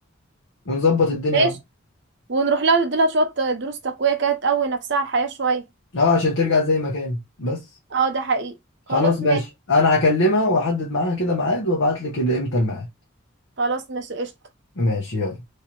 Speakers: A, on the left; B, on the right.
A: ونظبط الدنيا
B: ماشي ونروح لها نديلها شوية دروس تقوية كده تقوي نفسها على الحياة شوية
A: اه عشان ترجع زي ما كان بس
B: اه ده حقيقي
A: خلاص
B: خلاص
A: ماشي
B: ماشي
A: انا هكلمها واحدد معاها كده ميعاد وابعت لك امتى الميعاد
B: خلاص ماشي قشطة
A: ماشي يلا